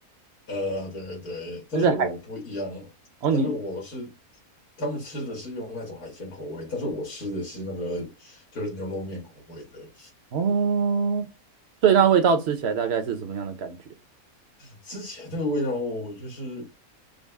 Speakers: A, on the left; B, on the right.
A: 呃，对对对，但是我不一样，
B: 就是海，哦你
A: 但是我是他们吃的是用那种海鲜口味，但是我吃的是那个就是牛肉面口味的。
B: 哦，所以那味道吃起来大概是什么样的感觉？
A: 之前那个味道，我就是